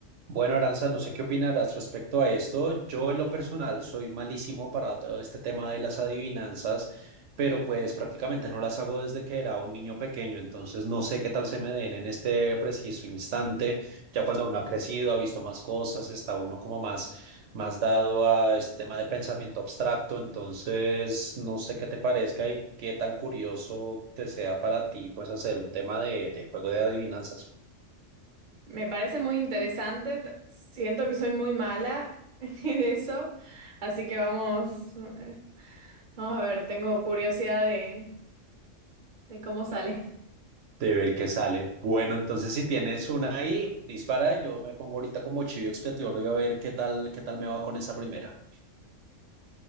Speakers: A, on the right (about 70°); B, on the right (about 40°).
A: Bueno, Aranza, no sé qué opinarás respecto a esto. Yo en lo personal soy malísimo para todo este tema de las adivinanzas, pero pues prácticamente no las hago desde que era un niño pequeño, entonces no sé qué tal se me den en este preciso instante. Ya cuando uno ha crecido, ha visto más cosas, está uno como más, más dado a este tema de pensamiento abstracto, entonces no sé qué te parezca y qué tan curioso te sea para ti pues hacer un tema de de juego de adivinanzas.
B: Me parece muy interesante. t- Siento que soy muy mala <laughs> en eso, así que vamos, eh, vamos a ver, tengo curiosidad de, de cómo sale.
A: De ver qué sale. Bueno, entonces si tienes una ahí, dispara. Yo me pongo ahorita como chivo expiatorio y a ver qué tal, qué tal me va con esa primera.